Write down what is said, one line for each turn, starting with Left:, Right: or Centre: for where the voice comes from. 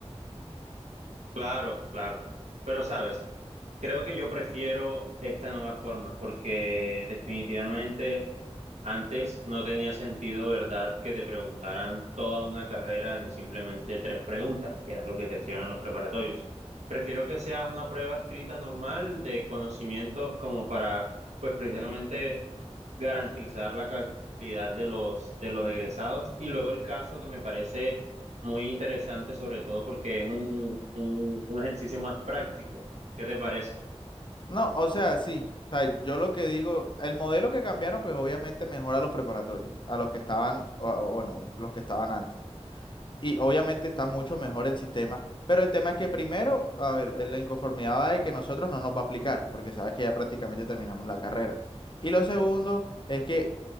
Right: Claro, claro. Pero, ¿sabes? Creo que yo prefiero esta nueva forma porque definitivamente antes no tenía sentido, ¿verdad?, que te preguntaran toda una carrera en simplemente tres preguntas, que era lo que te hacían en los preparatorios. Prefiero que sea una prueba escrita normal de conocimientos como para, pues precisamente garantizar la calidad de los, de los egresados. Y luego el caso que me parece muy interesante, sobre todo porque es un, un un ejercicio más práctico. ¿Qué te parece?
Left: No, o sea, sí. O sea, yo lo que digo, el modelo que cambiaron, pues obviamente mejora a los preparatorios, a los que estaban, o- o bueno, los que estaban antes. Y obviamente está mucho mejor el sistema, pero el tema es que primero, a ver, eh, la inconformidad va de que nosotros no nos va a aplicar, porque sabes que ya prácticamente terminamos la carrera. Y lo segundo es que,